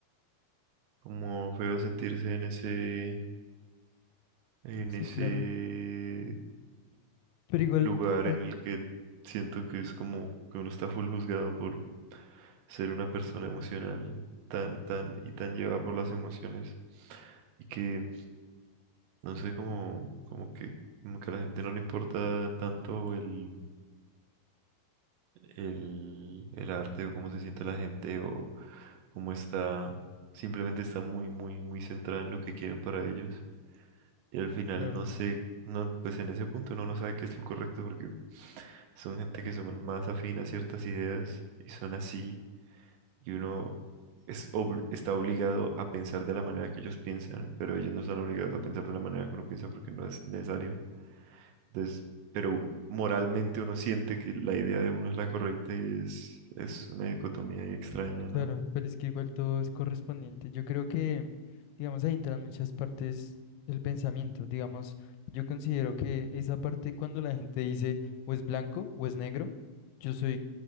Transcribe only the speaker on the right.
Como feo sentirse en ese, en
ese
lugar
en el que siento que es como que uno está full juzgado por ser una persona emocional tan, tan y tan llevada por las emociones. Y que, no sé, como, como que, como que a la gente no le importa tanto el, el, el arte o cómo se siente la gente o cómo está, simplemente está muy, muy, muy centrada en lo que quieren para ellos. Y al final
no sé, no, pues en ese punto uno no sabe qué es lo correcto porque son gente que son más afín a ciertas ideas y son así y uno es obl- está obligado a pensar de la manera que ellos piensan, pero ellos no están obligados a pensar de la manera que uno piensa porque no es necesario. Entonces, pero moralmente uno siente que la idea de uno es la correcta y es, es una dicotomía ahí extraña,
¿no?